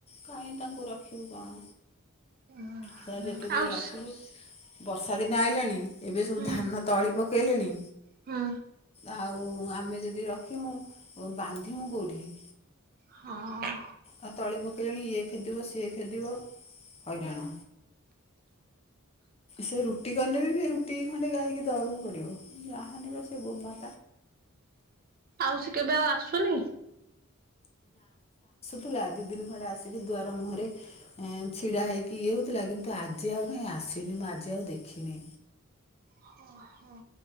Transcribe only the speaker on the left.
କାହିଁ ତାଙ୍କୁ ରଖିବୁ କଣ?
ସେ ଯେତେ ଦିନ
ରଖିବୁ ବର୍ଷା ଦିନ ଆଇଲାଣି ଏବେ ସବୁ
ଧାନ ତଳି ପକେଇଲେଣି
ଆଉ ଆମେ ଯଦି ରଖିବୁ <unintelligible>
ଆଉ ତଳି ପକେଇଲେଣି ଇଏ ଖେଦିବ ସିଏ ଖେଦିବ ହଇରାଣ। ସେ ରୁଟି କନେ ବି ସେ ରୁଟି ଖଣ୍ଡେ ଗାଇକି ଦବାକୁ ପଡିବ। <unintelligible>
ଥିଲା ଦି ଦିନ ଖଣ୍ଡେ ଆସିକି ଦୁଆର ମୁହଁରେ ଛିଡା ହେଇକି ଇଏ ହଉଥିଲା କିନ୍ତୁ ଆଜି ଆଉ କାଇଁ ଆ ସିନେମା ଆଜି ଆଉ ଦେଖିନି।